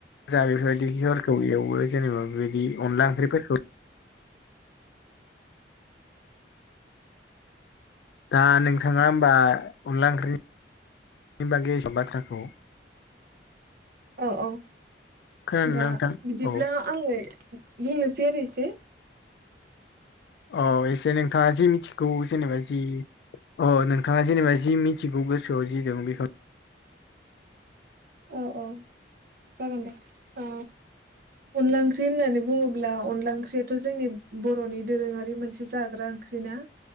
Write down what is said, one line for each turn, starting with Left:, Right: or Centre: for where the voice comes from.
Left: जा बेफोरबायदिफोरखौ एवो जेनेबा बेबायदि अनला ओंख्रिफोरखौ दा नोंथाङा होमबा अनला ओंख्रि बागै एसेबां बाथ्राखौ
Right: औ औ
Left: खोनादोंना
Right: दा
Left: नोंथां?
Right: बिदिब्ला
Left: औ
Right: आङो बुंनोसै आरो एसे
Left: अ एसे नोंथाङा जे मिथिगौ जेनेबा जि अ नोंथाङा जेनेबा जि मिथिगौ गोसोआव जि दं बेखौ
Right: औ औ जागोन दे। ओ अनला ओंख्रि होननानै बुङोब्ला अनला ओंख्रियाथ' जोंनि बर'नि दोरोङारि मोनसे जाग्रा ओंख्रि ना